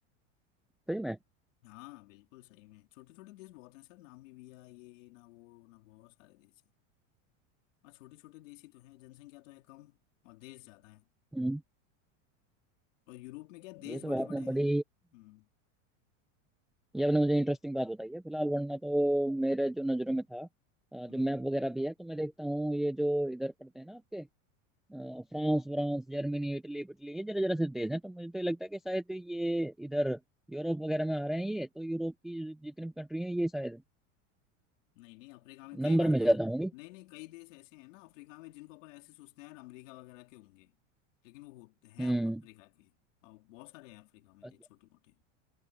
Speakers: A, in the centre; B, on the left.
A: सही में
B: हाँ बिल्कुल सही में छोटे छोटे देश बहुत हैं सर नामीबिया ये ना वो ना बहुत सारे देश हैं और छोटे छोटे देश ही तो हैं जनसंख्या तो है कम और देश ज्यादा है
A: हम्म
B: और यूरोप में क्या देश
A: ये तो
B: बड़े
A: आपने
B: बड़े हैं
A: बड़ी
B: हम्म
A: ये आपने मुझे इंटरेस्टिंग बात बताई है फिलहाल वरना तो मेरे जो नज़रों में था अ, जो
B: हम्म हम्म।
A: मैप वगैरह भी है तो मैं देखता हूँ ये जो इधर पड़ते हैं ना आपके अ, फ्रांस व्रांस जर्मनी इटली इटली ये जरा जरा से देश हैं तो मुझे तो ये लगता है कि शायद ये इधर यूरोप वगैरह में आ रहे हैं ये तो यूरोप की जितनी भी कंट्री हैं ये शायद
B: नहीं नहीं अफ्रीका में कई
A: नंबर
B: बार
A: में
B: कहे
A: ज़्यादा होंगी
B: नहीं नहीं कई देश ऐसे हैं ना अफ्रीका में जिनको अपन ऐसे सोचते हैं यार अमेरिका वगैरह के होंगे लेकिन वो होते हैं
A: हम्म
B: अब अफ्रीका के और बहुत सारे हैं अफ्रीका में
A: अच्छा
B: देश छोटे मोटे